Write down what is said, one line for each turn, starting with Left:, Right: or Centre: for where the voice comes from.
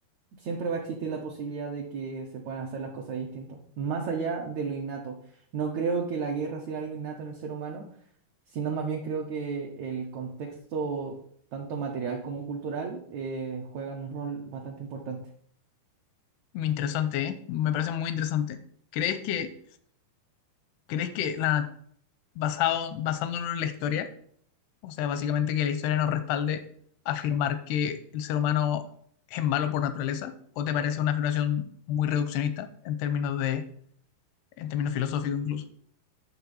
Right: siempre va a existir la posibilidad de que se puedan hacer las cosas distintas, más allá de lo innato. No creo que la guerra sea algo innato en el ser humano, sino más bien creo que el contexto, tanto material como cultural, eh, juegan un rol bastante importante.
Left: Muy interesante, ¿eh? Me parece muy interesante. ¿Crees que, crees que la, basado, basándonos en la historia, o sea, básicamente que la historia nos respalde afirmar que el ser humano es malo por naturaleza? ¿O te parece una afirmación muy reduccionista en términos de, en términos filosóficos incluso?